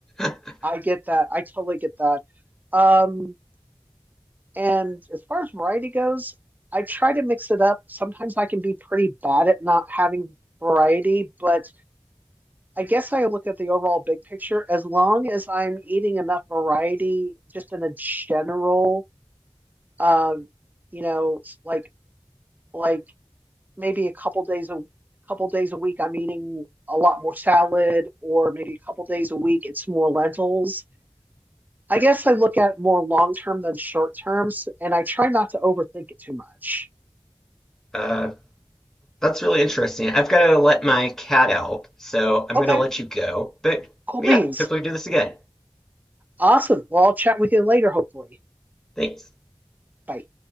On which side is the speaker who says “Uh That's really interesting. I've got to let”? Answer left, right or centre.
Centre